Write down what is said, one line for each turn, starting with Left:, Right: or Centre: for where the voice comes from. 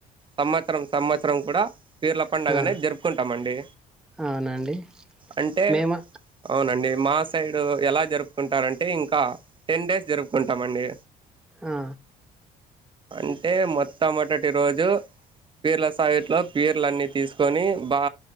Right: సమత్సరం సమత్సరం కూడా పీర్ల పండుగనే
Centre: ఆ!
Right: జరుపుకుంటామండి
Centre: అవునండి.
Right: అంటే
Centre: మేము
Right: అవునండి మా సైడు ఎలా జరుపుకుంటారంటే ఇంకా టెన్ డేస్ జరుపుకుంటామండి
Centre: ఆ
Right: అంటే మొత్తమొదటి రోజు పీర్ల సాయిట్లో పీర్లన్ని తీసుకొని బా